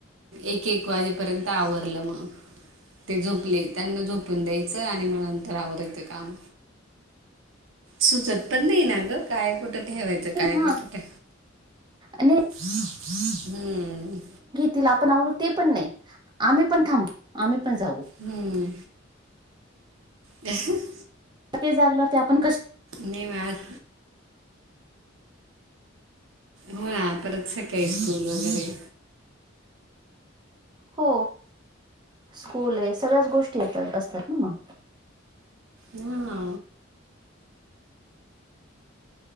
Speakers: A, on the right; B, on the right.
A: एक एक वाजेपर्यंत आवरलं मग, ते झोपले. त्यांना झोपून द्यायचं, आणि मग नंतर आवरायचं काम. सुचत पण नाही. ना ग काय कुठं ठेवायचं. काय
B: हा
A: कुठ ते
B: नाही
A: हम्म,
B: तिला आपण आवरु ते पण नाही. आम्ही पण थांबू. आम्ही पण जाऊ.
A: हम्..... या <inaudible> <inaudible>
B: कधी जागनार ते आपण कस,
A: निवांत, हो ना, परत स <inaudible> काय स्कूल वगैरे.
B: हो, स्कूल आहे सगळ्याच गोष्टी येतात असतात ना मग,
A: हा....